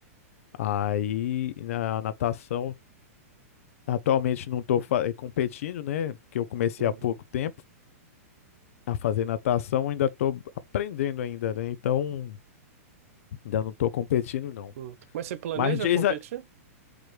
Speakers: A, on the left; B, on the right.
A: Aí na natação, atualmente não tô fa- eh, competindo, né? Porque eu comecei
B: uhum,
A: há pouco tempo a fazer natação, ainda tô aprendendo ainda, né? Então ainda não tô competindo, não.
B: uhum. Mas você planeja
A: Mas diz,
B: competir?
A: a-